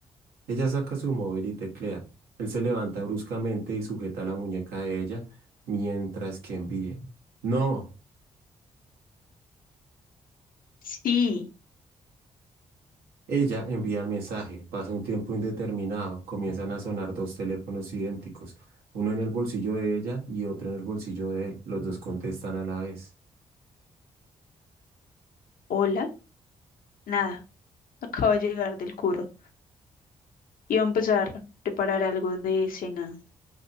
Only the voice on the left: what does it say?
Sí,
hola, nada. Acabo de llegar del curro. Y a empezar a preparar algo de cena.